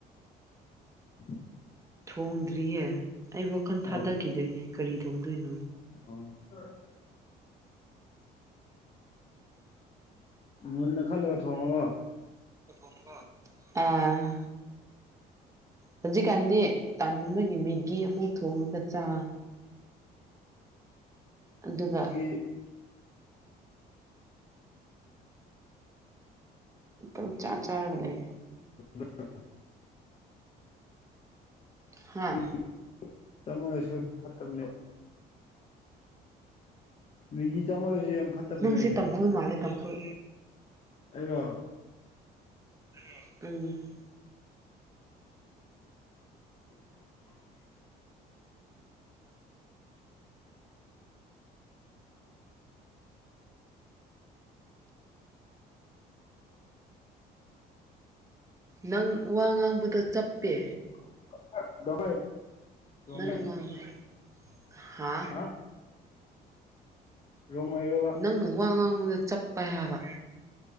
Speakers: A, on the left; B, on the right.
A: <unintelligible>
B: ꯊꯣꯡꯗ꯭ꯔꯤꯌꯦ ꯑꯩ ꯋꯥꯈꯜ
A: ꯑꯣ
B: ꯊꯥꯗꯈꯤꯗꯣꯏꯅꯦ ꯀꯔꯤ ꯊꯣꯡꯗꯣꯏꯅꯣ
A: ꯑꯣ <unintelligible> ꯃꯨꯟꯅ ꯈꯜꯂꯒ ꯊꯣꯡꯉꯣꯀꯣ
B: ꯀꯣ ꯑꯥ ꯍꯧꯖꯤꯛꯀꯥꯟꯗꯤ ꯇꯟꯕꯒꯤ ꯃꯦꯒꯤ ꯑꯃꯨꯛ ꯊꯣꯉꯒ ꯆꯥ ꯑꯗꯨꯒ
A: ꯏ
B: ꯄꯪꯆ ꯆꯥꯔꯒ ꯂꯩ
A: <unintelligible>
B: ꯍꯥ
A: <unintelligible> ꯆꯥꯃꯜꯂꯁꯨ ꯐꯠꯇꯕꯅꯦꯕ ꯃꯤꯒꯤ ꯆꯥꯝꯃꯜꯂꯁꯨ ꯌꯥꯝ ꯐꯠꯇꯕꯅꯦ
B: ꯅꯪꯁꯦ ꯇꯥꯡꯈꯨꯜ ꯃꯥꯜꯂꯦ ꯇꯥꯡꯈꯨꯜ
A: ꯑꯩꯔꯣ
B: ꯑꯩꯔꯣ ꯎꯝ
A: <unintelligible> <inaudible>
B: ꯅꯪ ꯋꯥ ꯉꯥꯡꯕꯗꯣ ꯆꯞꯄꯦ
A: <unintelligible> <inaudible> ꯔꯣꯡꯃꯩ
B: ꯅꯪꯅ ꯉꯥꯡꯕ ꯍꯥ
A: ꯑ ꯔꯨꯝ ꯍꯣꯏꯔꯣ
B: ꯅꯪꯅ ꯋꯥ ꯉꯥꯡꯕꯗ ꯆꯞꯄꯦ ꯍꯥꯏꯕ